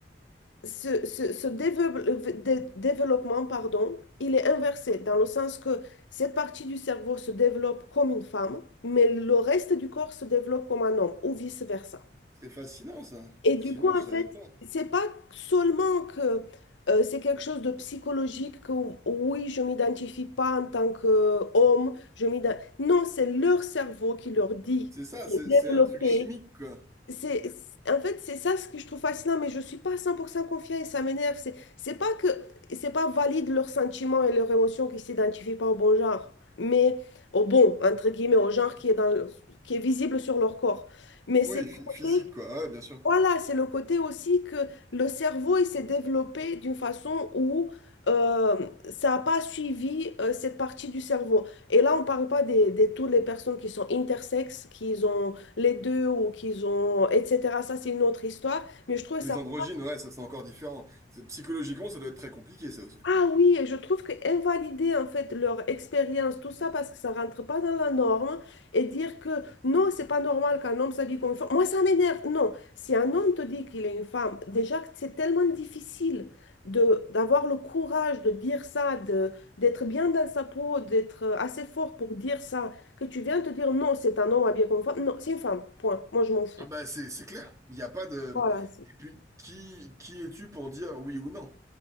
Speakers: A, on the left; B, on the right.
A: ce, ce- ce dévelop- dé- développement, pardon, il est inversé dans le sens que cette partie du cerveau se développe comme une femme, mais le reste du corps se développe comme un homme ou vice-versa.
B: C'est fascinant, ça.
A: Et
B: Effectivement,
A: du coup, en
B: je savais
A: fait,
B: pas.
A: c'est pas seulement que euh, c'est quelque chose de psychologique que oui, je m'identifie pas en tant qu'homme, je m'identifie... Non, c'est leur cerveau qui leur dit
B: C'est ça,
A: de
B: c'est
A: développer
B: c'est un truc chimique, quoi.
A: c'est, c'est- en fait, c'est ça ce que je trouve fascinant, mais je suis pas à 100% confiant et ça m'énerve. C'est, c'est pas que, c'est pas valide leurs sentiments et leurs émotions qui s'identifient pas au bon genre, mais au bon, entre guillemets, au genre qui est dans le- qui est visible sur leur corps. Mais c'est
B: Oui,
A: le
B: phy-
A: côté
B: physique, quoi. Ouais, bien sûr.
A: voilà, c'est le côté aussi que le cerveau il s'est développé d'une façon où euh, ça n'a pas suivi euh, cette partie du cerveau. Et là, on ne parle pas des, des toutes les personnes qui sont intersexes, qui ont les deux ou qui ont, etc. Ça, c'est une autre histoire. Mais je trouve
B: Les
A: ça
B: androgynes, ouais, ça c'est encore différent. C'est- Psychologiquement, ça doit être très compliqué, ça aussi.
A: Ah oui, et je trouve que invalider en fait leur expérience, tout ça parce que ça rentre pas dans la norme et dire que non, c'est pas normal qu'un homme s'habille comme une femme. Moi, ça m'énerve. Non, si un homme te dit qu'il est une femme, déjà que c'est tellement difficile de d'avoir le courage de dire ça, de d'être bien dans sa peau, d'être assez fort pour dire ça, que tu viens te dire non, c'est un homme habillé comme une femme. Non, c'est une femme. Point. Moi, je m'en fous.
B: Ah bah c'est c'est clair, il n'y a pas de...
A: Voilà.
B: Et puis, qui, qui es-tu pour dire oui ou non?